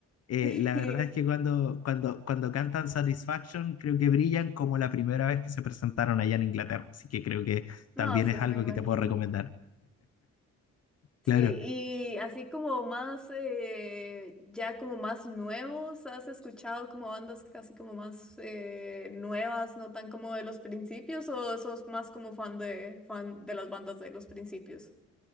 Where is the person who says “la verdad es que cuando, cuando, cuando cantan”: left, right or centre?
Left